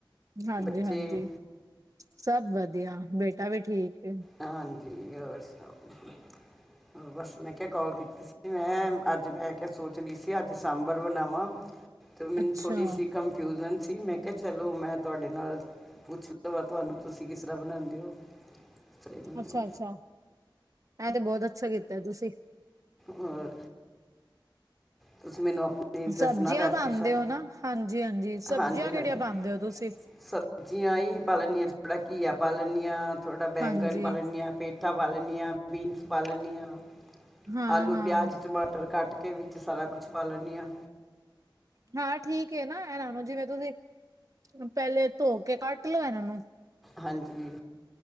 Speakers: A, on the right; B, in the centre.
A: ਹਾਂਜੀ
B: ਬੱਚੇ
A: ਹਾਂਜੀ। ਸਭ ਵਧੀਆ ਬੇਟਾ ਵੀ ਠੀਕ ਹੈ
B: ਹਾਂਜੀ ਜੀ ਹੋਰ ਸੁਣਾਓ ਬਸ ਮੈਂ ਕਿਹਾ ਕਾਲ ਕੀਤੀ ਸੀ ਮੈਂ ਅੱਜ ਮੈਂ ਕਿਹਾ ਸੋਚ ਰ ਸੀ ਅੱਜ ਸਾਂਬਰ ਬਣਾਵਾਂ। ਮੈਨੂੰ
A: ਅੱਛਾ
B: ਥੋੜ੍ਹੀ ਸੀ ਕ ਕੰਫਿਊਜ਼ਨ ਸੀ ਮੈਂ ਕਿਹਾ ਚਲੋ ਮੈਂ ਤੁਹਾਡੇ ਨਾਲ ਪੁੱਛ ਲ ਤੁਹਾਨੂੰ ਤੁਸੀਂ ਕਿਸ ਤਰ੍ਹਾਂ ਬਣਾਉਂਦੇ ਹੋ। ਕਿਸ ਤਰ੍ਹਾਂ ਹੀ ਬਣਾਵਾਂ
A: ਅੱਛਾ ਅੱਛਾ। ਐਂ ਤੇ ਬਹੁਤ ਅੱਛਾ ਕੀਤਾ ਤੁਸੀਂ-
B: ਹੋਰ ਤੁਸੀਂ ਮੈਨੂੰ ਆਪਣੀ ਦੱਸਣਾ
A: ਸਬਜ਼ੀਆਂ
B: ਰੈਸਪੀ
A: ਪਾਉਂਦੇ
B: ਸਾ
A: ਹੋ ਨਾ ਹਾਂਜੀ ਹਾਂਜੀ ਸਬਜ਼ੀਆਂ
B: ਹਾਂਜੀ ਹਾਂਜੀ
A: ਕਿਹੜੀਆਂ ਪਾਉਂਦੇ ਹੋ ਤੁਸੀਂ
B: ਸਬਜ਼ੀਆਂ ਹੀ ਪਾ ਲੈਨੀ ਆ ਥੋੜ੍ਹਾ ਘੀਆ ਪਾ ਲੈਨੀ ਆ। ਥੋੜਾ ਬੈਂਗਨ
A: ਹਾਂਜੀ
B: ਪਾ ਲੈਨੀ ਹਾਂ ਪੇਠਾ ਪੇਠਾ ਪਾ ਲੈਨੀ ਆ ਬੀਸ ਪਾ ਲੇਨੀ ਆ।
A: ਹਾਂ
B: ਆਲੂ
A: ਹਾਂ
B: ਪਿਆਜ਼ ਟਮਾਟਰ ਘੱਟ ਕੇ ਵੀ, ਸਾਰਾ ਕੁਛ ਪਾ ਲੈਨੀ ਆ।
A: ਹਾਂ ਠੀਕ ਹੈ ਨਾ ਇਹਨਾਂ ਨੂੰ ਜਿਵੇਂ ਤੁਸੀਂ ਪਹਿਲੇ ਧੋ ਕੇ ਕੱਟ ਲਓ ਇਹਨਾਂ ਨੂੰ
B: ਹਾਂਜੀ,